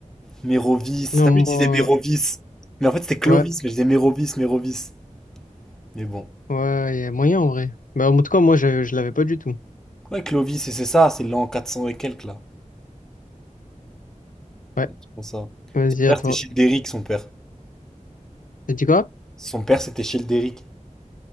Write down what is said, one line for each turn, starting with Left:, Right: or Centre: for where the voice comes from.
Centre: Mérovis,
Left: Non,
Centre: t'as vu, je disais
Left: moi.
Centre: Mérovis. Mais en fait, c'était Clovis,
Left: Ouais,
Centre: mais je disais Mérovis, Mérovis. Mais bon.
Left: ouais, il y a moyen en vrai. Bah, en tout cas, moi, je, je l'avais pas du tout.
Centre: Ouais, Clovis, et c'est ça, c'est l'an 400 et quelques, là.
Left: Ouais,
Centre: C'est pour ça.
Left: vas-y,
Centre: Son père,
Left: à toi.
Centre: c'était Childéric, son père.
Left: T'as dit quoi?
Centre: Son père, c'était Childéric.